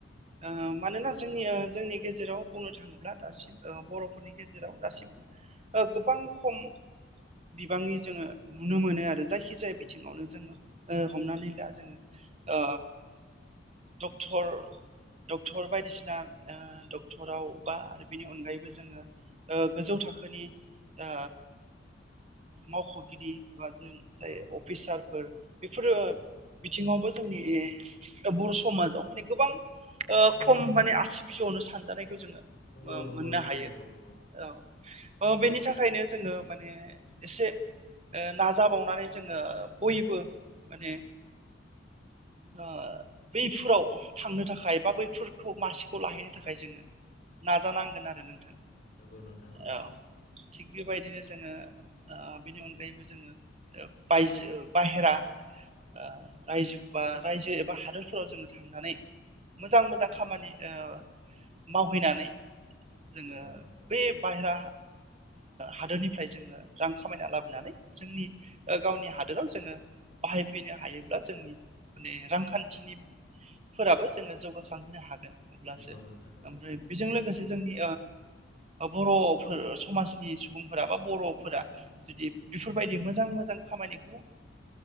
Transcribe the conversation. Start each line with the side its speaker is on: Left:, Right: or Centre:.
Right: ओ मानोना जोंनिया जोंनि गेजेराव बुंनो थाङोब्ला दासिम ऐ बर'फोरनि गेजेराव दासिमबो ओ गोबां
Left: <inaudible>
Right: खम बिबांनि जोङो नुनो मोनो आरो। जायखि जाया बिथिङावनो जोङो ओ हमनानै ला जोङो। आ डक्टर डक्टर बायदिसिना ओ डक्टराव बा आरो बेनि अनगायैबो जोङो ओ गोजौ थाख थाखोनि आ मावख'गिरि एबा ओं
Left: नंगौ
Right: जाय अफिसारफोर बेफोरो
Left: नंगौ
Right: बिथिङावबो जोंनि बर' समाजाव माने गोबां ओ खम माने आसि बिजौआवनो सानजानाय खौ जोङो ओ
Left: नंगौ नंगौ नोंथां
Right: मोननो हायो।
Left: नंगौ नंगौ
Right: ओ ओ बेनि थाखायनो जोङो माने एसे ओ नाजाबावनानै जोङो बयबो माने ओ बैफोराव थांनो थाखाय बा बैफोरखौ मासिखौ लाहैनो थाखाय जोङो। नाजानांगोन आरो नोंथां।
Left: नंगौ नंगौ नोंथां नंगौ
Right: औ
Left: नंगौ
Right: थिग बेबायदिनो जोङो ओ बिनि अनगायैबो जोङो ओ बायजो बाहेरा आ आयजो बा रायजो एबा हादोरफोराव जोङो थांनानै मोजां मोजां खामानि ओ मावहैनानै जोङो
Left: नंगौ नोंथां नंगौ
Right: बे बायेरा हादोरनिफ्राय जोङो रां खामायना लाबोनानै जोंनि गावनि हादोराव। जोङो बाहायफैनो हायोब्ला जोंनि माने रांखान्थिनिफोराबो जोङो जौगाखांहोनो हागोन। अब्लासो
Left: नंगौ नंगौ नोंथां नंगौ
Right: ओमफ्राय
Left: नंगौ
Right: बेजों लोगोसे जोंनि बर'फोर समाजनि सुबुंफोरा बा बर'फोरा जुदि बेफोरबायदि मोजां मोजां खामानिखौ